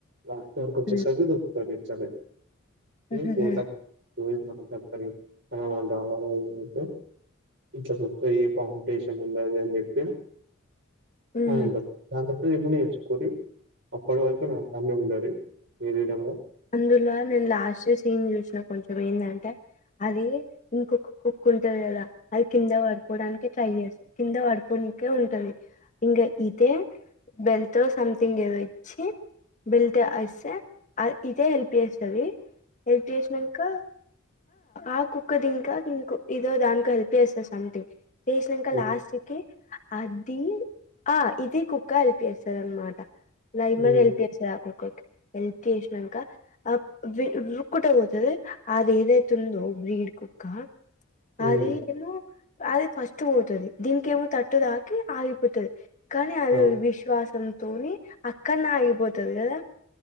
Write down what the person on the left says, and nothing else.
హ్మ్
హుహుహు
హ్మ్
అందుల నేను లాస్ట్ సీన్ చూసిన కొంచెం ఇ ఏంటంటే అది ఇంకొక కుక్ ఉంటది కదా అది కింద పడిపోవడానికి ట్రై చేస్తుంది కింద పడిపోవడాకే ఉంటది ఇంకా ఇదే బెల్టో సంథింగ్ ఏదో ఇచ్చి బెల్ట్ అస్తే అది ఇదే హెల్ప్ చేస్తది హెల్ప్ చేసినంక ఆ కుక్కది ఇంకా ఇం ఇదో దాకో హెల్ప్ చేస్తది సథింగ్ పోషినంక
లాస్ట్ కి అది ఆ ఇది కుక్క హెల్ప్ చేస్తంది అనమాట లైమన్
హెల్ప్ చేస్తంది ఆ కుక్కకి హెల్ప్ చే ఇంక ఆ రుక్కుట పోతుది అది ఏదైతుందో బ్రీడ్ కుక్క
అది ఏమో అది ఫస్ట్ పోతది దీనికి ఏమో తట్టు తాకి ఆగిపోతది కనీ అవి
విశ్వాస తోని అక్కన్నే ఆగిపోతది కదా